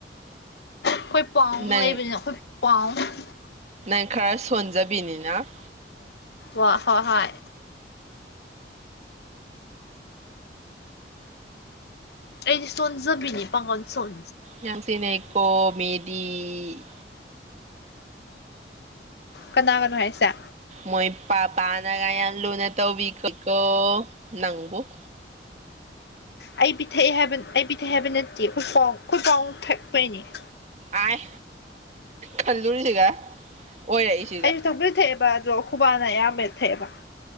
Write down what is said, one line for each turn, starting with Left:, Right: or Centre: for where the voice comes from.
Left: ꯑꯩꯈꯣꯏ ꯄꯥꯎ
Right: ꯅꯪ
Left: ꯂꯩꯕꯅꯥꯅ ꯑꯩꯈꯣꯏ ꯄꯥꯎ ꯫
Right: ꯅꯪ ꯈꯔ ꯁꯣꯟꯖꯕꯤꯅꯤꯅ ꯫
Left: ꯋꯥ ꯍꯣꯏ ꯍꯣꯏ ꯑꯩꯗꯤ ꯁꯣꯟꯖꯕꯤꯅꯤ ꯄꯥꯡꯒꯟ ꯁꯣꯟ
Right: ꯌꯥꯝ ꯇꯤꯅꯩꯀꯣ ꯃꯦꯗꯤ ꯫
Left: ꯀꯅꯥꯒꯅꯣ ꯍꯥꯏꯁꯦ
Right: ꯃꯣꯏ ꯄꯥꯄꯥꯅꯒ ꯌꯥꯝ ꯂꯨꯅ ꯇꯧꯕꯤꯀꯣ ꯅꯪꯕꯨ ꯫
Left: ꯑꯩ ꯄꯤꯊꯛꯑ ꯍꯥꯏꯕ ꯑꯩ ꯄꯤꯊꯛꯑꯦ ꯍꯥꯏꯕ ꯅꯠꯇꯦ ꯑꯩꯈꯣꯏ ꯄꯥꯎ ꯑꯩꯈꯣꯏ ꯄꯥꯎ ꯊꯛꯄꯩꯅꯦ ꯫
Right: ꯑꯥꯏ ꯈꯜꯂꯨꯔꯤꯁꯤꯒ ꯑꯣꯏꯔꯛꯏꯁꯤ
Left: ꯑꯩꯁꯨ ꯊꯝꯄꯨꯗꯤ ꯊꯛꯑꯦꯕ ꯑꯗꯣ ꯑꯩꯈꯣꯏ ꯕꯥꯅ ꯑꯌꯥꯝꯕ ꯊꯛꯑꯦꯕ ꯫